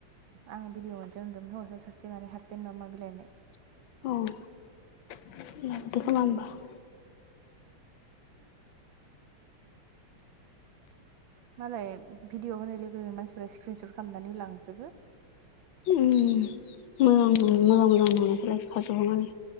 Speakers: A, on the right (about 70°); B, on the left (about 70°).
A: आं भिडिअ' मोनसे नुदोंमोन हौवासा सासे माने हाफेन नामा बिलाइ ओननाय।
B: औ <unintelligible>
A: <inaudible> मालाय भिडिअ' होनाय लोगोनो मानसिफोरा स्क्रिनसट खालामनानै लांजोबो।
B: उम मोजांखौनो मोजां-मोजां नङिखौलाय खावसेहरनानै